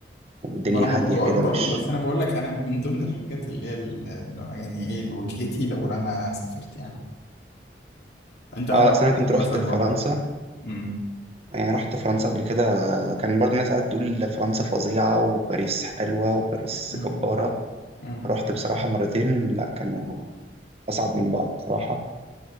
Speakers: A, on the right; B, on the left.
A: والدنيا
B: ما انا ما رحتهاش
A: هاديه كده
B: برضه
A: مش
B: بس انا بقول لك انا <laughs> من ضمن الحاجات اللي هي ال- يعني ايه لوجهتي لو انا سافرت يعني انت لو
A: اه
B: عايز
A: لا أصل
B: تسافر
A: انا كنت رحت
B: مثلا
A: فرنسا
B: بره امم
A: يعني رحت فرنسا قبل كده كان برضه الناس قاعدة تقول فرنسا فظيعة وباريس حلوة وباريس
B: أمم،
A: جبارة
B: أمم.
A: رحت بصراحة مرتين لا كانوا أصعب من بعض بصراحة